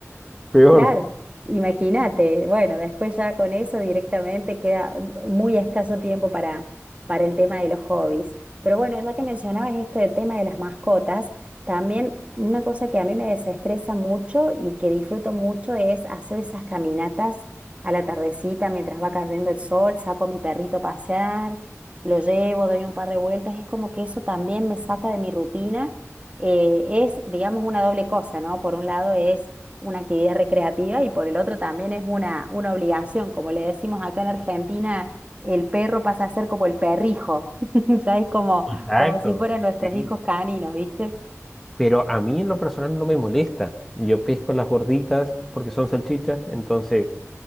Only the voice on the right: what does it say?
Claro, imagínate, bueno, después ya con eso directamente queda mu- muy escaso tiempo para, para el tema de los hobbies. Pero bueno, ya que mencionabas esto del tema de las mascotas, también una cosa que a mí me desestresa mucho y que disfruto mucho es hacer esas caminatas a la tardecita mientras va cayendo el sol, saco a mi perrito a pasear, lo llevo, doy un par de vueltas, es como que eso también me saca de mi rutina. Eh, es, digamos, una doble cosa, ¿no? Por un lado es una actividad recreativa y por el otro también es una, una obligación. Como le decimos acá en Argentina, el perro pasa a ser como el perrijo, <laughs> sabes como,
como si fueran nuestros
hijos caninos, ¿viste?